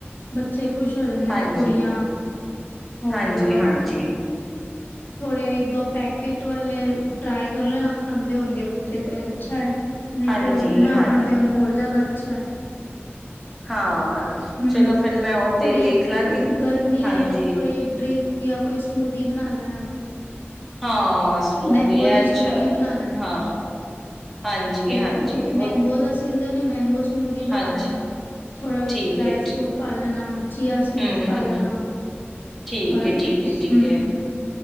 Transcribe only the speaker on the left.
ਬੱਚੇ ਖੁਸ਼ ਹੋ ਜਾਂਦੇ
ਨੇ ਕੁੜੀਆਂ ਹੋਰ
ਥੋੜੇ ਇੱਕ ਦੋ ਪੈਕੇਟ ਵਾਲੇ ਟਰਾਈ ਕਰ ਲੈਣਾ ਖਾਂਦੇ ਹੋਣਗੇ ਬੱਚੇ ਤੇ ਅੱਛਾ ਹੈ। ਨਹੀਂ
ਤੇ ਨਾ
ਖਾਂਦੇ ਉਹਨੂੰ ਹੋਰ ਜ਼ਿਆਦਾ ਅੱਛਾ
ਹਮ
ਥੋੜੀ
ਗਰਮੀ
ਹੈ ਥੋੜੀ ਡਰਿੰਕ ਜਾਂ ਕੋਈ ਸਮੂਦੀ ਬਣਾ ਲੈਣਾ।
ਮੈਂਗੋ
ਦੀ
ਸਮੂਦੀ ਬਣਾ ਲੈਣਾ।
ਤੇ
ਕਿਉਂਕਿ
ਮੈਂਗੋ ਦਾ ਸੀਜ਼ਨ ਹੈ ਮੈਂਗੋਸ ਸਮੂਦੀ ਹੀ ਬਣਾ
ਦੇਣਾ। ਥੋੜ੍ਹਾ ਵਿੱਚ
ਡਰਾਈ
ਫਰੂਟ ਪਾ ਲੈਣਾ ਚੀਆਸੀਡਸ
ਪਾ
ਲੈਣਾ
ਹੋਰ
ਹੂੰ